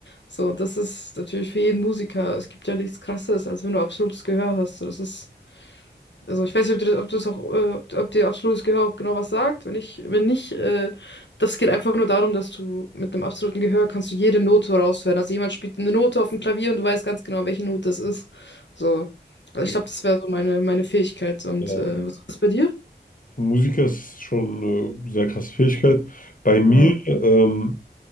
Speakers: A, on the left (about 80°); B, on the left (about 50°).
A: So, und das ist natürlich für jeden Musiker. Es gibt ja nichts Krasseres, als wenn du absolutes Gehör hast. So, das ist Also ich weiß nicht, ob dir das, ob du das auch, äh, ob ob dir absolutes Gehör auch genau was sagt. Wenn ich, wenn nicht, äh, das geht einfach nur darum, dass du mit einem absoluten Gehör kannst du jede Note raushören. Also jemand spielt eine Note auf dem Klavier und du weißt ganz genau, welche Note es ist. So. Also
B: ja,
A: ich glaube, das wäre so meine, meine Fähigkeit. Und
B: ja.
A: äh, was ist bei dir?
B: für Musiker ist es schon eine sehr krasse Fähigkeit. Bei mir,
A: Ja.
B: ähm,